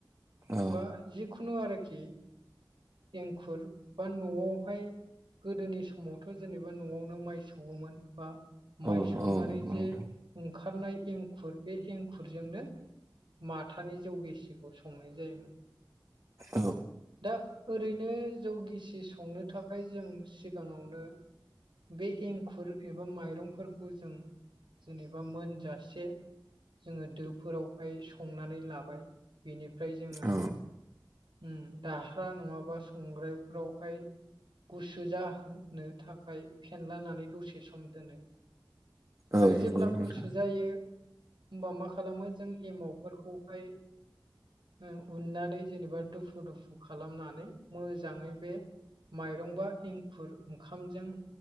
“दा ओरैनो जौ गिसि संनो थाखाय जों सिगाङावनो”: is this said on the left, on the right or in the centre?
Right